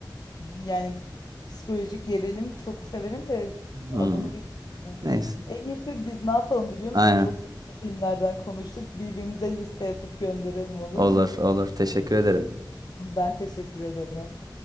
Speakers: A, on the left; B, on the right.
A: Yani psikolojik gerilim çok severim de
B: Hmm.
A: adını bilmiyorum.
B: Neyse.
A: En iyisi biz ne yapalım biliyor musun?
B: Aynen.
A: Çok güzel filmlerden konuştuk. Birbirimize liste yapıp gönderelim olur
B: Olur,
A: mu?
B: olur. Teşekkür ederim.
A: Ben teşekkür ederim.